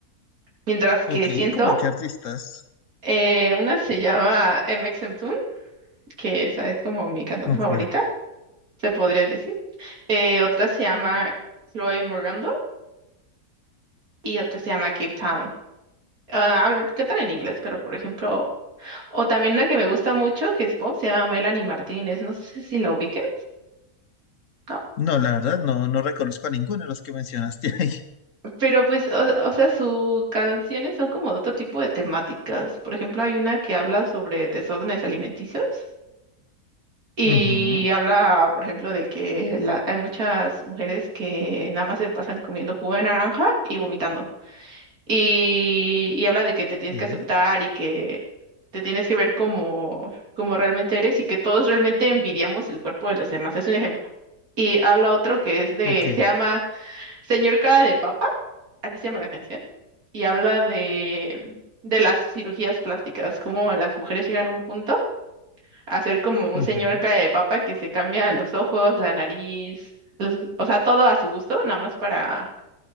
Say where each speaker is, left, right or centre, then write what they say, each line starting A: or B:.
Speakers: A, on the right; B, on the left.
A: Mientras
B: Ok,
A: que siento,
B: como qué artistas.
A: eh, una se llama MXMToon, que esa es como mi cantante
B: Ok.
A: favorita, se podría decir. Eh, otra se llama Chloe Morgando y otra se llama Cape Town. Ah, hablo- cantan en inglés, pero por ejemplo, o también una que me gusta mucho, que es pop, se llama Melanie Martínez, no sé si la ubiques. ¿no?
B: No, la verdad, no, no reconozco a ninguno de los que mencionaste ahí. <laughs>
A: Pero pues, o, o sea, sus canciones son como de otro tipo de temáticas. Por ejemplo, hay una que habla sobre desórdenes alimenticios y
B: Ujú,
A: habla, por ejemplo, de que la- hay muchas mujeres que nada más se pasan comiendo jugo de naranja y vomitando. Y, y habla de que
B: ok,
A: te tienes que aceptar y que te tienes que ver como, como realmente eres y que todos realmente envidiamos el cuerpo de los demás. Es un ejemplo. Y habla otro que es de,
B: ok,
A: se llama Señor Cara de Papa, así se llama la canción y habla de, de las cirugías plásticas, cómo las mujeres llegan a un punto a ser como un
B: ujú,
A: señor cara de papa que se cambia los ojos, la nariz, los- o sea, todo a su gusto, nada más para